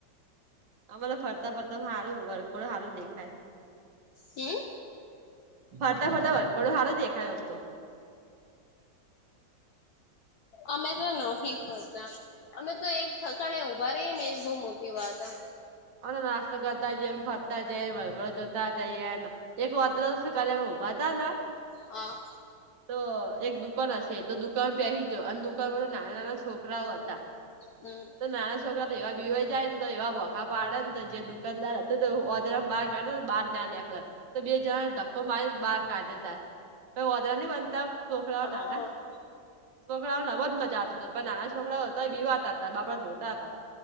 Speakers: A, on the right (about 85°); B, on the left (about 65°).
A: અમે તો ફરતાં ફરતાં મ હારું વરઘોડામાં હારું દેખાય.
B: હમ્મ?
A: ફરતાં ફરતાં વરઘોડા હારો દેખાય ઓમ તો.
B: અમે તો નહીં ફરતાં અમે તો એક ઠકાણે ઉભા રહીએને એજ બહુ મોટી વાત હે.
A: અમે તો નાસ્તો કરતાં જઈએ અને ફરતાં જઈએ, વરઘોડો જોતા જઈએ ન. એક વાત કઉ છું કાલે અમે ઉભા તાન
B: હા
A: તો એક દુકાન હશે તો દુકાન બેસીજો અને દુકાનમાં તો નાના નાના છોકરાઓ હતા.
B: હમ
A: તો નાના છોકરા તો એવા બીવા જાય ને તો એવા ભોખા પાડે ને તો જે દુકાનદાર હ તો ઓજરા બહાર કાઢે ને બહાર ના નેકળે તો બે જણા કો માઈ બહાર કાઢ દેતા વધે ન બનતા છોકરાઓ ના
B: હ
A: ના છોકરાઓ નમ જ મજા આવતી હતી પણ નાના છોકરાઓ તોય બીવાતા હતા બાપડા રોતા હતા